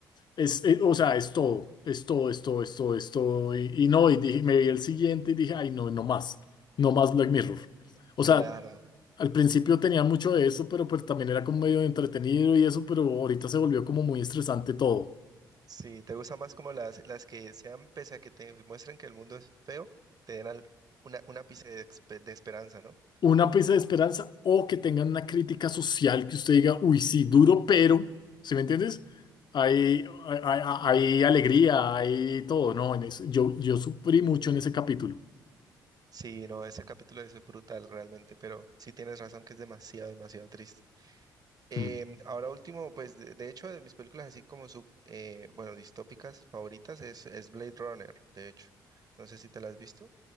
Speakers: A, on the left (about 45°); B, on the right (about 35°).
A: es, eh, o sea, es todo, es todo, es todo, es todo, es todo, y, y no, y dije, me vi el siguiente y dije, ay, no, no más, no más Black Mirror. O
B: Claro.
A: sea, al principio tenía mucho de eso, pero pues también era como medio entretenido y eso, pero ahorita se volvió como muy estresante todo.
B: Sí, ¿te gusta más como las, las que sean, pese a que te muestren que el mundo es feo, te den al- una, un ápice de, expe- de esperanza, ¿no?
A: Una pieza de esperanza o que tengan una crítica social que usted diga, uy, sí, duro, pero, ¿sí me entiendes? Hay, hay, hay- hay alegría, hay todo, ¿no? En eso- yo, yo sufrí mucho en ese capítulo.
B: Sí, no, ese capítulo es brutal realmente, pero sí tienes razón que es demasiado, demasiado triste. Em,
A: Mm.
B: ahora último, pues de, de hecho de mis películas así como sub, eh, bueno, distópicas favoritas es, es Blade Runner, de hecho. No sé si te la has visto.